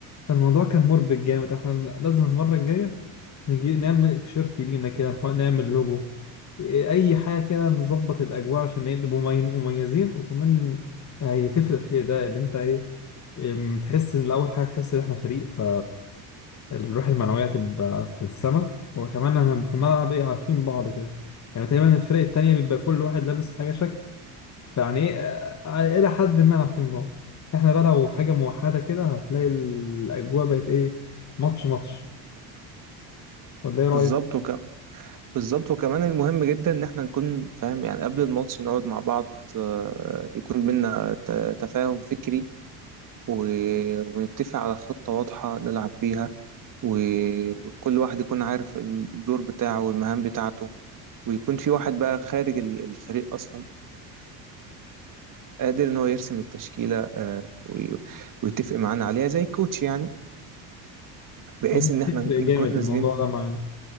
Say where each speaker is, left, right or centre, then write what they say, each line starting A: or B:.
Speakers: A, on the left; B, on the right.
A: فالموضوع كان مربك جامد احنا لازم المرة الجاية نجي نعمل تيشيرت لينا كده نحط- نعمل لوجو إيه، اي حاجة كده نظبط الاجواء عشان إيه، نبقوا مي- مميزين وكمان آه، هي تفرق في الاداء اللي انت ايه أم، تحس ان الاول حاجه تحس ان احنا فريق ف الروح المعنويه تبقى في السما وكمان احنا في الملعب ايه عارفين بعض كده يعني تقريبا الفرق التانية بيبقى كل واحد لابس حاجه شكل فيعني ايه آه، الى حد ما عارفين بعض احنا بقى لو حاجه موحده كده هتلاقي الاجواء بقت ايه ماتش ماتش ولا ايه رايك؟
B: بالظبط وك... بالظبط وكمان المهم جدا ان احنا نكون فاهم يعني قبل الماتش نقعد مع بعض آه، يكون بينا ت- تفاهم فكري و... ونتفق على خطة واضحة نلعب بيها و- وكل واحد يكون عارف الدور بتاعه والمهام بتاعته ويكون في واحد بقى خارج ال- الفريق اصلا قادر ان هو يرسم التشكيلة آه، وي- ويتفق معانا عليها زي الكوتش يعني بحيث
A: أنا
B: ان احنا
A: بتفرق
B: نكون
A: جامد
B: نازلين
A: الموضوع ده معانا